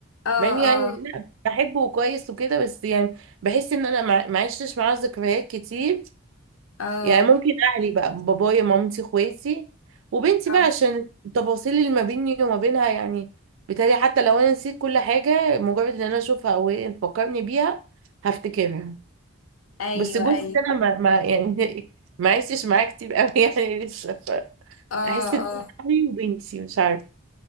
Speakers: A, on the left (about 75°); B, on the right (about 70°).
A: اه
B: مع اني يعني
A: اه
B: لا بحبه وكويس وكده بس يعني بحس ان انا ما ما عشتش معاه ذكريات كتير
A: اه
B: يعني ممكن اهلي بقى بابايا مامتي اخواتي وبنتي
A: اه
B: بقى عشان التفاصيل اللي ما بيني وما بينها يعني بالتالي حتى لو انا نسيت كل حاجة مجرد ان انا اشوفها او هي تفكرني بيها هفتكرها
A: ايوه
B: بس جوزي
A: ايوه
B: ده انا ما, ما يعني <laughs> ما عشتش معاه كتير قوي <laughs> يعني لسه
A: اه
B: احس ان
A: اه
B: هو اهلي وبنتي مش عارفه